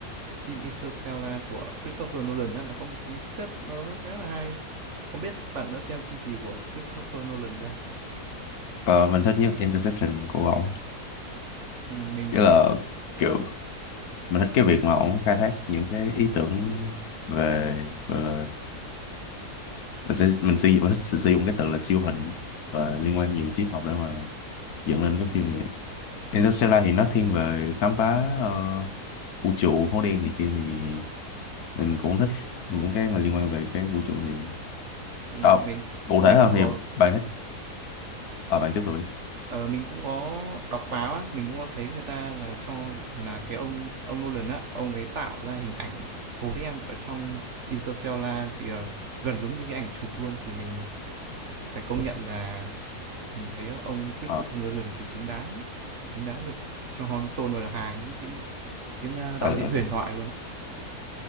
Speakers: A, on the right; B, on the left.
A: Phim Interstellar của Christopher Nolan đó nó có một cái chất nó khá là hay. Không biết bạn đã xem phim gì của Christopher Nolan chưa?
B: ờ, mình thích nhất Interception của ổng.
A: Ừ, mình
B: Nghĩa
A: cũng
B: là kiểu mình thích cái việc mà ổng khai thác những cái ý tưởng về gọi là mình sẽ mình sử dụng mình thích sử sử dụng cái từ là siêu hình và liên quan nhiều đến triết học để mà dựng lên cái phim như vậy Interstellar thì nó thiên về khám phá ờ, vũ trụ hố đen này kia thì mình cũng thích những cái mà liên quan về cái vũ trụ như vậy
A: ừ, mình
B: Ờ, cụ thể
A: mình
B: hơn
A: cũng có
B: thì bạn thích à, bạn tiếp tục đi
A: ờ, mình cũng có đọc báo á, mình cũng có thấy người ta là cho rằng là cái ông ông Nolan á, ông ấy tạo ra hình ảnh hố đen ở trong Interstellar thì ờ, gần giống như cái ảnh chụp luôn thì mình phải công nhận là Mình thấy ờ, ông Christopher
B: Ờ,
A: Nolan thì xứng đáng, xứng đáng được cho tôn vào hàng những diễn những ờ,
B: ờ,
A: đạo diễn
B: ờ.
A: huyền thoại luôn đấy